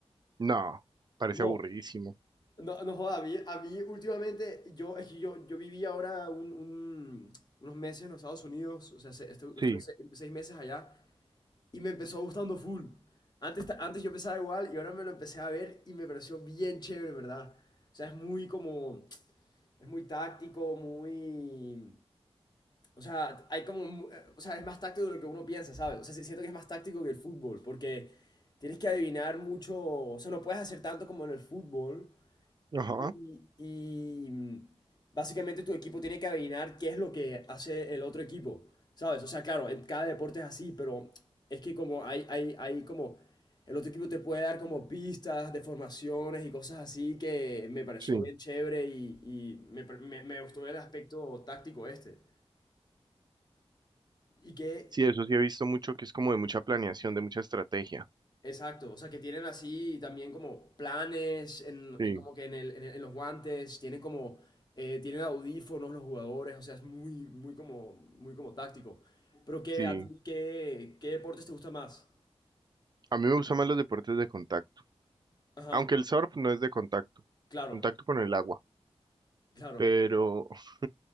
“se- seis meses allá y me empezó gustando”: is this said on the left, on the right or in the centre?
Left